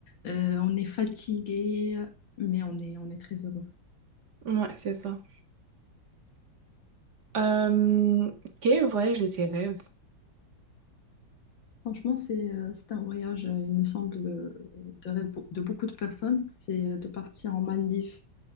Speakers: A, on the left; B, on the right.
A: Euh, on est fatigué, mais on est, on est très heureux.
B: Ouais, c'est ça. Euh, Quel voyage de tes rêves?
A: Franchement, c'est euh, c'est un voyage, euh, il me semble, euh, de rêve pour- de beaucoup de personnes, c'est euh, de partir en Maldives.